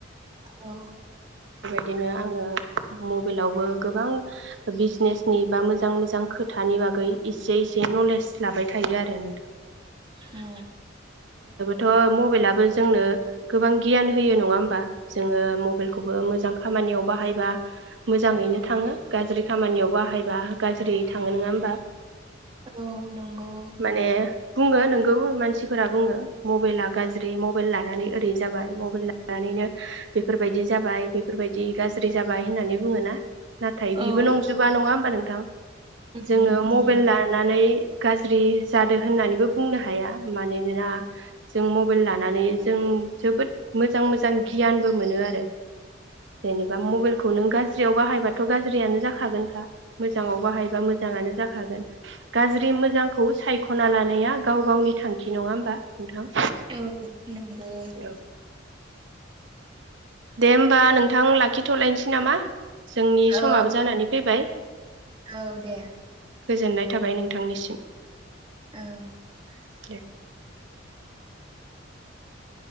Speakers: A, on the right; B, on the right.
A: औ
B: दिनो आङो मबाइलावबो गोबां बिजनेसनि बा मोजां मोजां खोथानि बागै इसे एसे नलेज लाबाय थायो आरो नोंथां
A: औ
B: थ' मबाइलाबो जोंनो गोबां गियान होयो नङा होमबा जोङो मबाइलखौबो मोजां खामानियाव बाहायबा मोजाङैनो थाङो गाज्रि खामानियाव बाहायबा गाज्रियै थाङो नङा होमबा
A: औ नंगौ
B: माने बुङो नंगौ मानसिफोरा बुङो मबाइला गाज्रि मबाइल लानानै ओरै जाबाय मबाइल लानानैनो बेफोरबायदि जाबाय बेफोरबायदि गाज्रि जाबाय होननानै बुङो ना नाथाय बिबो
A: औ
B: नंजोबा नङा होमबा नोंथां जोङो
A: उम
B: मबाइल
A: उम
B: लानानै गाज्रि जादों होननानैबो बुंनो हाया मानोना जों मबाइल लानानै जों जोबोद मोजां मोजां गियानबो मोनो आरो जेनेबा मबाइलखौ नों गाज्रियाव बाहायबाथ' गाज्रियानो जाखागोनखा मोजाङाव बाहायबा मोजाङानो जाखागोन गाज्रि मो जांखौ सायख'ना लानाया गाव गावनि थांखि नङा होमबा नोंथां
A: औ नंगौ
B: औ दे होमबा नोंथां लाखिथ'लायनोसै नामा जोंनि
A: औ
B: समाबो जानानै फैबाय
A: औ दे
B: गोजोननाय थाबाय नोंथांनिसिम
A: औ
B: दे